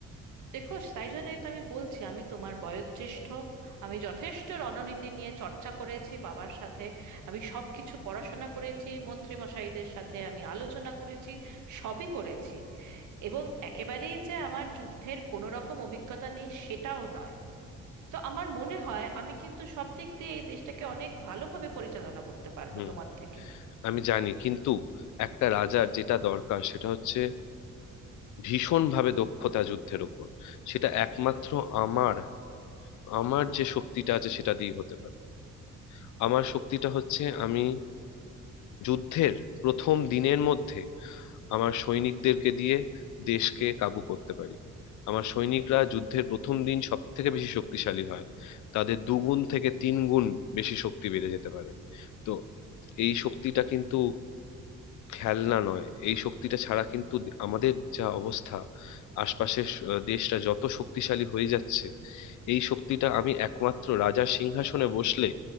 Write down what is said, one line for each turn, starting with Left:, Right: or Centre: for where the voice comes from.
Right: দেখো তাই জন্যই তো আমি বলছি আমি তোমার বয়োজ্যেষ্ঠ আমি যথেষ্ট রণনীতি নিয়ে চর্চা করেছি বাবার সাথে আমি সব কিছু পড়াশোনা করেছি মন্ত্রীমশাইদের সাথে আমি আলোচনা করেছি সবই করেছি এবং একেবারেই যে আমার যুদ্ধের কোনো রকম অভিজ্ঞতা নেই সেটাও নয় তো আমার মনে হয় আমি কিন্তু সব দিক দিয়ে এই দেশটাকে অনেক ভালোভাবে পরিচালনা করতে পারবো
Left: হুম
Right: তোমার থেকে
Left: আমি জানি কিন্তু একটা রাজার যেটা দরকার সেটা হচ্ছে ভীষণ ভাবে দক্ষতা যুদ্ধের উপর সেটা একমাত্র আমার আমার যে শক্তিটা আছে সেটা দিয়ে হতে পারে আমার শক্তিটা হচ্ছে আমি যুদ্ধের প্রথম দিনের মধ্যে আমার সৈনিকদেরকে দিয়ে দেশকে কাবু করতে পারি আমার সৈনিকরা যুদ্ধের প্রথম দিন সব থেকে বেশি শক্তিশালী হয় তাদের দুগুণ থেকে তিন গুণ বেশি শক্তি বেড়ে যেতে পারে তো এই শক্তিটা কিন্তু খেলনা নয় এই শক্তিটা ছাড়া কিন্তু আমাদের যা অবস্থা আশপাশের স- দেশটা যত শক্তিশালী হয়ে যাচ্ছে এই শক্তিটা আমি একমাত্র রাজার সিংহাসনে বসলে